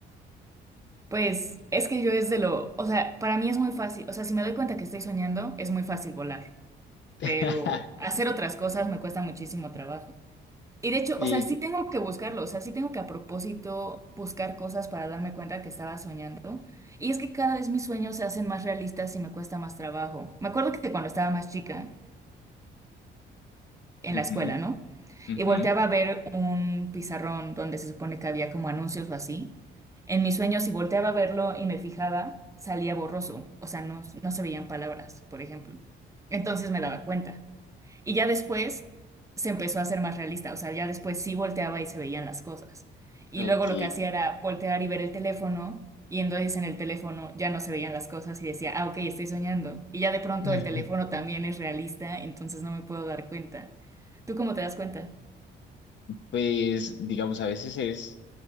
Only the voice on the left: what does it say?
<laughs>
Y,
ujú,
ujú,
ok.
<laughs>
Pues digamos, a veces es